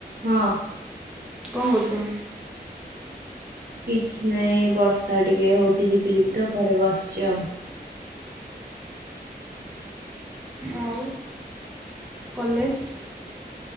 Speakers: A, on the right; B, in the centre.
A: ହଁ
B: କଣ କରୁଛ
A: କିଛି ନାଇଁ ବର୍ଷା ଟିକେ ହଉଛି ଯିବି ଯିବି ତ ଘରେ ବସିଚି ଆଉ
B: ଆଉ କଲେଜ